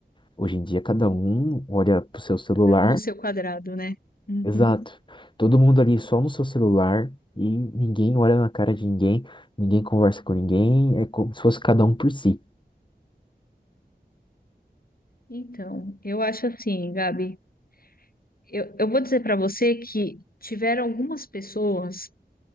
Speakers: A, on the left; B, on the left.
A: Hoje em dia cada um olha pro seu celular.
B: cada um no seu quadrado, né? Uhum.
A: Exato. Todo mundo ali só no seu celular e ninguém olha na cara de ninguém, ninguém conversa com ninguém, é como se fosse cada um por si.
B: Então, eu acho assim, Gabi, eu, eu vou dizer para você que tiveram algumas pessoas